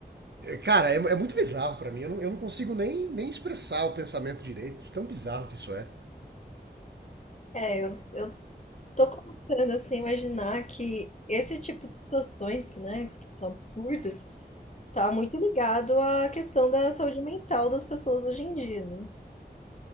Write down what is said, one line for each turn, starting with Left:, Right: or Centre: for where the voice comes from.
Right: cara, é, é muito bizarro para mim. Eu não, eu não consigo nem, nem expressar o pensamento direito, de tão bizarro que isso é.
Left: É, eu, eu Tô começando assim, a imaginar que esse tipo de situações, que, né, que são absurdas, tá muito ligado à questão da saúde mental das pessoas hoje em dia, né?